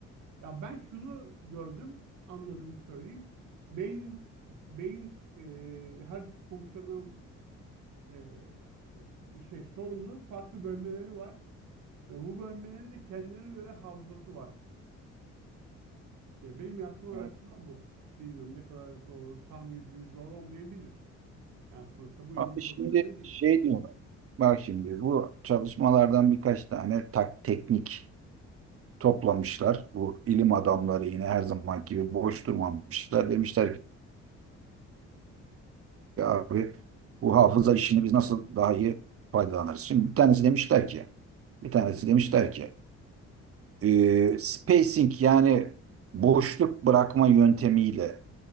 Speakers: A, on the right; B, on the right.
A: Ya ben şunu gördüm, anladığımı söyleyeyim. Beynin, beyin e, her fonksiyonel e, şey sorumlu farklı bölmeleri var ve bu bölmelerin de kendilerine göre hafızası var. Ya benim yaptığım araştırma
B: Evet.
A: bu. Bilmiyorum ne kadar doğru, tam yüzde yüz doğru olmayabilir. Yani sonuçta bu
B: Abi
A: işin profesyoneli
B: şimdi
A: değilim.
B: şey diyorlar. Bak şimdi bu çalışmalardan birkaç tane tak teknik toplamışlar. Bu ilim adamları yine her zaman gibi boş durmamışlar. Demişler ki
A: Evet.
B: abi bu hafıza işini biz nasıl daha iyi faydalanırız? Şimdi bir tanesi demişler ki bir tanesi
A: Hı hı.
B: demişler ki e, spacing yani boşluk bırakma yöntemiyle